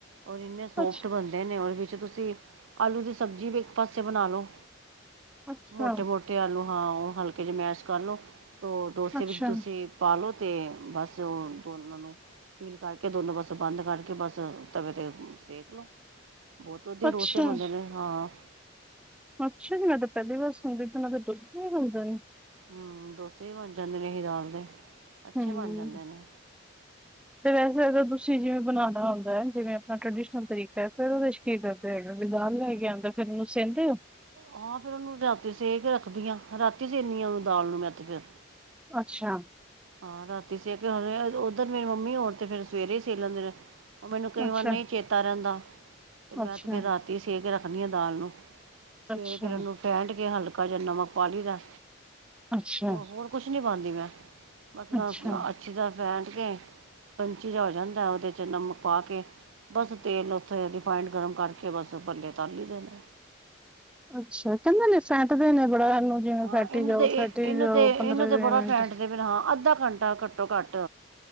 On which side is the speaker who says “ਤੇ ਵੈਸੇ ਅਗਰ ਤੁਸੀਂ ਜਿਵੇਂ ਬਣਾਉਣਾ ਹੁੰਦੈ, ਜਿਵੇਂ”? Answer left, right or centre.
Centre